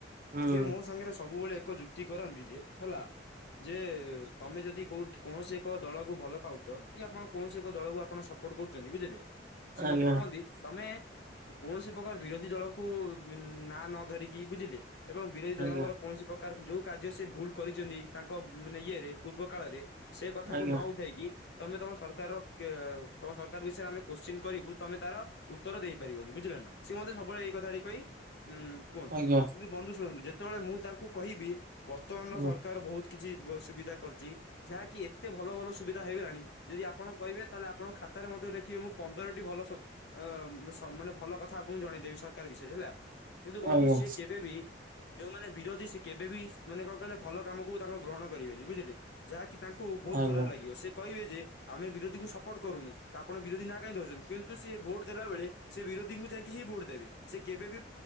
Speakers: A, on the right (about 45°); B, on the left (about 65°).
A: ହୁଁ
B: ଯିଏ ମୋ ସାଙ୍ଗରେ ସବୁବେଳେ ଏକ ଯୁକ୍ତି କରନ୍ତି ଯେ ହେଲା ଯେ ତମେ ଯଦି କୌ କୌଣସି ଏକ ଦଳକୁ ଭଲ ପାଉଛ କି ଆପଣ କୌଣସି ଏକ ଦଳକୁ ଆପଣ ସପୋର୍ଟ କରୁଛନ୍ତି ବୁଝିଲେ? ସିଏ
A: ଆଜ୍ଞା
B: ମତେ କୁହନ୍ତି ତମେ କୌଣସି ପ୍ରକାର ବିରୋଧୀ ଦଳଙ୍କୁ ବିନ୍ ନାଁ ନ ଧରିକି ବୁଝିଲେ? ଏବଂ ବିରୋଧୀ ଦଳଙ୍କର
A: ଆଜ୍ଞା
B: କୌଣସି ପ୍ରକାର ଯୋଉ କାର୍ଯ୍ୟ ସେ ଭୁଲ୍ କରିଛନ୍ତି ତାଙ୍କ ମାନେ ଇଏରେ ପୂର୍ବ କାଳରେ ସେ କଥାକୁ
A: ଆଜ୍ଞା
B: ନ ଉଠେଇକି ତମେ ତମ ସରକାରର ତମ ସରକାର ବିଷୟରେ ଆମେ କୋଶ୍ଚିନ୍ କରିବୁ ତମେ ତାର ଉତ୍ତର ଦେଇପାରିବନି ବୁଝିଲ ନା ସେ ମୋତେ ସବୁଳେ ଏଇ କଥାଟି କହି ଉଁ କୁହନ୍ତି
A: ଆଜ୍ଞା
B: କିନ୍ତୁ ବନ୍ଧୁ ଶୁଣନ୍ତୁ ଯେ ସେତେବେଳେ ମୁଁ ତାଙ୍କୁ କହିବି ବର୍ତ୍ତମାନର
A: ହୁଁ
B: ସରକାର ବହୁତ କିଛି ସୁବିଧା କରିଛି। ଯାହାକି ଏତେ ଭଲ ଭଲ ସୁବିଧା ହେଇଗଲାଣି ଯଦି ଆପଣ କହିବେ ତା ହେଲେ ଆପଣଙ୍କ ଖାତାରେ ମଧ୍ୟ ଲେଖିବେ ମୁଁ ପନ୍ଦରଟି ଭଲ ସବୁ ଅ ସେମାନେ ଭଲ କଥା ଆପଣଙ୍କୁ ଜଣେଇଦେବି ସରକାର ବିଷୟରେ ହେଲା କିନ୍ତୁ ବନ୍ଧୁ
A: ଆଜ୍ଞା
B: ସିଏ କେବେ ବିି ଯୋଉମାନେ ବିରୋଧୀ ସେ କେବେ ବି ମାନେ କଣ କହିଲେ ଭଲ କାମ କକୁ ତାଙ୍କ ଗ୍ରହଣ କରିବେନି ବୁଝିଲେ ଯାହାକି ତାଙ୍କୁ ବହୁତ
A: ଆଜ୍ଞା
B: ଖରାପ ଲାଗିବ ସେ କହିବେ ଯେ ଆମେ ବିରୋଧୀଙ୍କୁ ସପୋଟ କରୁନୁ ତ ଆପଣ ବିରୋଧ ନା କାହିଁ ଦଉଛନ୍ତି କିନ୍ତୁ ସିଏ ଭୋଟ ଦେଲା ବେଳେ ସେ ବିରୋଧୀଙ୍କୁ ଯାଇକି ହିଁ ଭୋଟ ଦେବେ ସେ କେବେ ବି